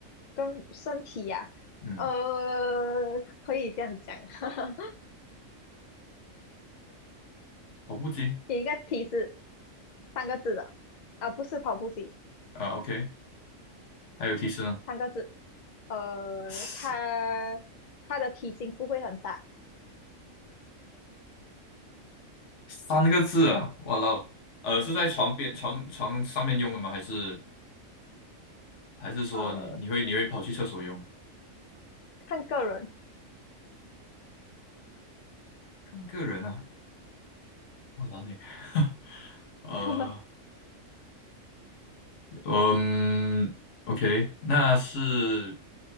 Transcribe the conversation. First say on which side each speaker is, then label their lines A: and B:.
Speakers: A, on the left; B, on the left.
A: 跟身体呀、
B: 嗯，
A: 呃，可以这样讲，<laughs>
B: 跑步机
A: 给你一个提示，三个字的，啊、不是跑步机，
B: 啊，OK，还有提示呢，
A: 三个字，呃，
B: 三
A: 它它的体型不会很大，
B: 三个字啊，哇啦哦，呃，是在床边床床上面用的吗？还是？还是说你你会你会跑去厕所用？
A: 呃，看个人，
B: 个人啊，我懒嘞。<laughs> 呃，
A: <laughs>
B: 嗯，OK，那是